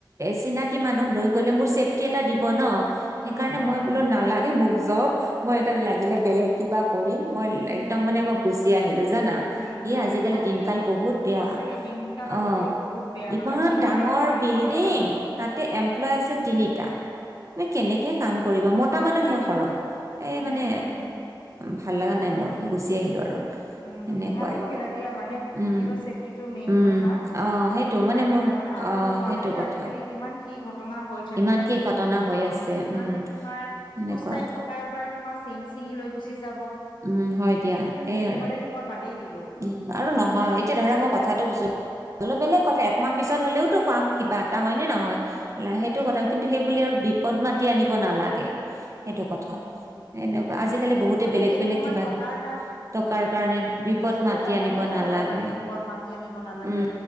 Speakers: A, on the right (about 40°); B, on the left (about 75°).
A: চিনাকি মানুহ লৈ গ'লে মোৰ ছেফটি এটা দিব ন সেইকাৰণে
B: উম উম
A: মই বোলো নালাগে মোক জক। লাগিলে বেলেগ কিবা কৰিম মই
B: উম
A: একদম মানে
B: উম
A: মই গুচি আহিলো জানা
B: উম
A: ই
B: উম
A: আজিকালি
B: সাক্ষী
A: দিন। কাল বহুত বেয়া
B: সঁচাকে দিনকাল
A: অ
B: আজিকালি বহুত বেয়া
A: ইমান
B: তাৰমানে দিনতে
A: ডাঙৰ
B: আজিকালি
A: বিল্ডিং
B: ভয় লগা হ'ল
A: তাতে।
B: উম
A: এমপ্লয় আছে তিনিটা। তুমি কেনেকে
B: উম
A: কাম কৰিবা মতা মানুহে সৰহ এ
B: উম
A: মানে।
B: উম উম
A: ভাল লগা নাই মোৰ সেই গুচি আহিলো আৰু।
B: উ
A: সেনেকুৱা
B: ভালে কৰিলা দিয়া মানে
A: উম
B: নিজৰ ছেফটিটো মেইন
A: উম
B: কথা
A: অ
B: সেইটো
A: মানে
B: কাৰণে
A: মোৰ
B: তাৰমানে আৰু।
A: অ
B: গুৱাহাটীত
A: সেইটো কথা
B: আজিকালি কিমান কি ঘটনা হৈ থাকে।
A: কিমান কি ঘটনা হৈ
B: অ
A: আছে উম
B: মানে তোমাৰ
A: সেনেকুৱা
B: খোজ কঢ়ি থকাৰ পৰাই তোমাৰ চেইন চিঙি লৈ গুচি যায়।
A: উম হয় দিয়া। এই
B: পিন্ধিবলৈতো
A: আৰু
B: মই বাদেই দিলো।
A: উম আৰু নহয় এতিয়া ধৰা মই কথাটো কৈছো অলপ বেলেগ কথা একমাহ পিছত হ'লেও। পাম কিবা এটা হয় নে নহয় সেইটো
B: উম,
A: কথা কিন্তু সেইবুলিয়ে আৰু বিপদ মাতি আনিব নালাগে। সেইটো
B: উম,
A: কথা।
B: উম, উম,
A: এনেকুৱা
B: উম, হম।
A: আজিকালি বহুতে
B: মানে
A: বেলেগ
B: কেইটকামান
A: বেলেগ কিবা
B: টকাৰ
A: টকাৰ কাৰণে বিপদ।
B: টো
A: মাতি
B: তাৰমানে
A: আনিব নালাগে
B: অ মানে বিপদ মাতি আনিব নালাগে।
A: উম